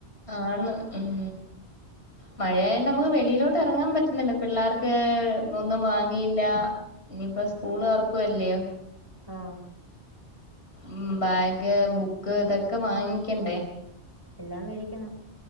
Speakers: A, on the left; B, on the right.
A: ആണ് ഉം മഴയായോണ്ട് നമുക്ക് വെളിയിലോട്ടെറങ്ങാൻ പറ്റ്ന്നില്ല പിള്ളേർക്ക് ഒന്നും വാങ്ങിയില്ല ഇനിയിപ്പ സ്കൂളൊർക്കുവല്ലേ
B: ആഹ്
A: ഉം ബാഗ് ബുക്ക് ഇതൊക്കെ വാങ്ങിക്കണ്ടെ
B: എല്ലാം മേടിക്കണം